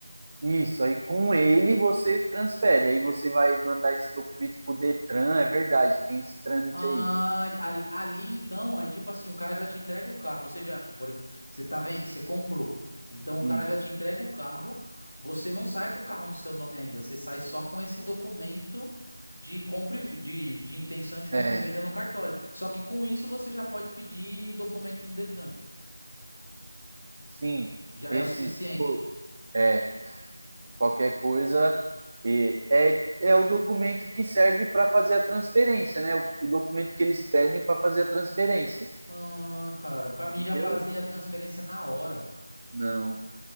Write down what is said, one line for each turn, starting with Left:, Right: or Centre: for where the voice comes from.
Right: Isso, aí com ele você transfere, aí você vai mandar esse documento pro Detran, é verdade, tem esse trâmite
Left: Ah,
Right: aí.
Left: ali ali, então, aí tipo assim, o cara já te entrega o carro, você já, por exemplo, você tá vendo? você comprou. Então o
Right: Isso.
Left: cara já te entrega o carro, você não sai com o carro no seu nome ainda, você sai só com esse documento de compra e ve- de, de intenção de compra
Right: É,
Left: e venda no cartório. Só que com isso você já pode pedir o documento no Detran.
Right: sim,
Left: Já
Right: esse,
Left: é o suficiente.
Right: pô, é, qualquer coisa. E é, é o documento que serve para fazer a transferência, né? O, o documento que eles pedem para fazer a transferência.
Left: Ah, cara, pra mim
Right: Entendeu?
Left: já fazia a transferência na hora.
Right: Não,